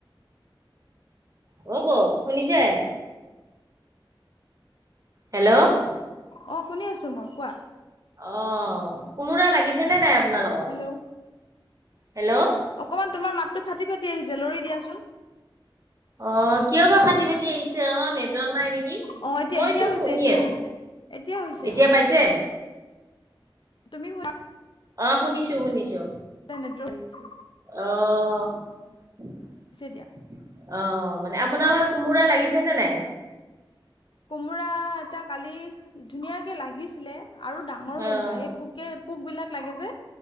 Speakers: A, on the right (about 40°); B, on the left (about 65°).
A: হ'ব শুনিছে? হেল্ল' অ',
B: অ শুনি আছো মই কোৱা।
A: অ', কোমোৰা লাগিছে নে নাই? আপোনালোকৰ?
B: হেল্ল'
A: হেল্ল'
B: অকমান তোমাৰ মাত টো ফাটি ফাটি আহিছে লৰি দিয়াচোন।
A: অ' কিয় বা ফাটি ফাাটি আহিছে অ, নেটৱৰ্ক নাই নেকি।
B: অ'
A: মইচোন
B: এতিয়া এতিয়া হৈছে,
A: শুনি
B: এতিয়া
A: আছো।
B: হৈছে, এতিয়া হৈছে
A: এতিয়া
B: অ,
A: পাইছে?
B: তুমি শু
A: অ', শুনিছো শুনিছো।
B: নিদ্ৰ হৈছে।
A: অ' অ',
B: দিয়া।
A: মানে আপোনালোকৰ কোমোৰা লাগিছে নে নাই?
B: কোমোৰা এটা কালি ধুনীয়াকে লাগিছিলে আৰু ডাঙৰ
A: অ'
B: হ'ল হয় এই পোকে পোক বিলাক লাগে যে